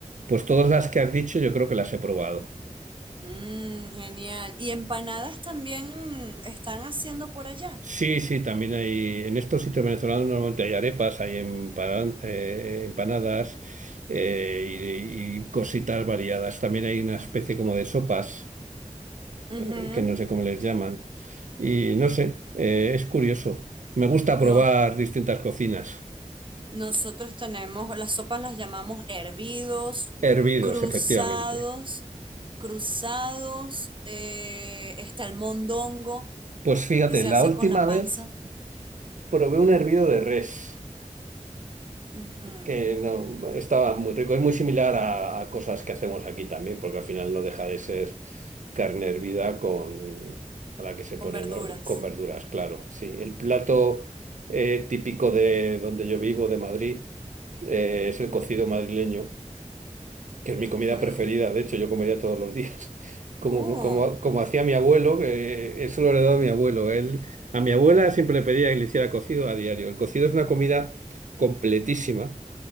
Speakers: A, on the right; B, on the right.
A: pues todas las que has dicho yo creo que las he probado.
B: Mm, genial. ¿Y empanadas también están haciendo por allá?
A: Sí, sí, también hay, en estos sitios venezolanos normalmente hay arepas, hay empan- eh, empanadas eh, y, y cositas variadas. También hay una especie como de sopas,
B: Ujú.
A: eh, que no sé cómo les llaman. Y no sé, eh, es curioso. Me gusta
B: Los,
A: probar distintas cocinas.
B: nosotros tenemos, las sopas las llamamos hervidos,
A: Hervidos,
B: cruzados,
A: efectivamente.
B: cruzados, eh, está el mondongo
A: Pues fíjate,
B: que se
A: la
B: hace
A: última
B: con la panza,
A: vez probé un hervido de res.
B: ujú,
A: que no, estaba muy rico. Es muy similar a, a cosas que hacemos aquí también, porque al final no deja de ser carne hervida con, a la que se
B: con
A: pone
B: verduras.
A: ¿no? con verduras, claro. Sí, el plato eh, típico de donde yo vivo, de Madrid, eh, es el cocido madrileño, que es mi
B: Ujú.
A: comida preferida. De hecho, yo comería todos los días. <laughs> Como,
B: Uh,
A: como, como hacía mi abuelo, que eso lo heredó a mi abuelo. Él, a mi abuela siempre le pedía que le hiciera cocido a diario. El cocido es una comida completísima